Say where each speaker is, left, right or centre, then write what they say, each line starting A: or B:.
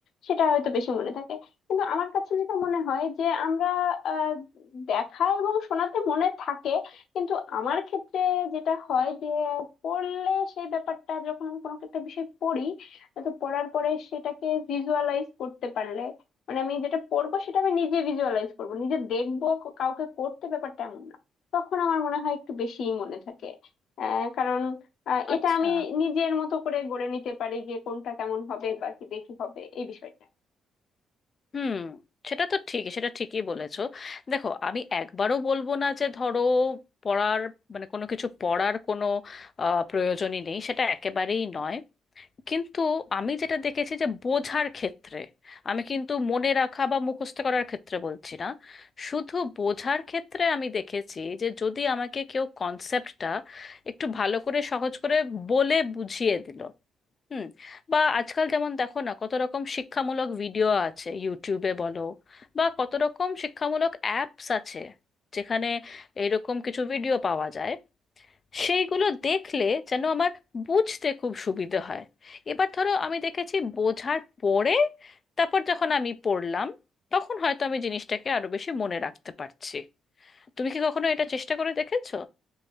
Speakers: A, on the left (about 65°); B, on the left (about 35°).
A: সেটা হয়তো বেশি মনে থাকে কিন্তু আমার কাছে যেটা মনে হয় যে আমরা আহ, দেখা এবং শোনাতে মনে থাকে কিন্তু আমার ক্ষেত্রে যেটা হয় যে পড়লে সেই ব্যাপারটা যখন আমি কোনো একটা বিষয় পড়ি তো পড়ার পরে সেটাকে ভিজুয়ালাইজ করতে পারলে মানে আমি যেটা পড়বো সেটা আমি নিজে ভিজুয়ালাইজ করবো নিজে দেখবো কাউকে করতে ব্যাপারটা এমন না তখন আমার মনে হয় একটু বেশিই মনে থাকে আহ, কারণ আহ
B: আচ্ছা
A: এটা আমি নিজের মতো করে গড়ে নিতে পারি যে কোনটা কেমন হবে বা কি দেখি হবে এই বিষয়টা
B: হুম সেটা তো ঠিকই সেটা ঠিকই বলেছো দেখো আমি একবারও বলবো না যে ধরো পড়ার মানে কোনো কিছু পড়ার কোনো আহ, প্রয়োজনই নেই সেটা একেবারেই নয় কিন্তু আমি যেটা দেখেছি যে বোঝার ক্ষেত্রে আমি কিন্তু মনে রাখা বা মুখস্থ করার ক্ষেত্রে বলছি না শুধু বোঝার ক্ষেত্রে আমি দেখেছি যে যদি আমাকে কেউ কনসেপ্টটা একটু ভালো করে সহজ করে বলে বুঝিয়ে দিল হুম বা আজকাল যেমন দেখো না কত রকম শিক্ষামূলক ভিডিও আছে ইউটিউবে বলো বা কত রকম শিক্ষামূলক অ্যাপস আছে যেখানে এরকম কিছু ভিডিও পাওয়া যায় সেইগুলো দেখলে যেন আমার বুঝতে খুব সুবিধে হয় এবার ধরো আমি দেখেছি বোঝার পরে তারপর যখন আমি পড়লাম তখন হয়তো আমি জিনিসটাকে আরো বেশি মনে রাখতে পারছি তুমি কি কখনো এটা চেষ্টা করে দেখেছো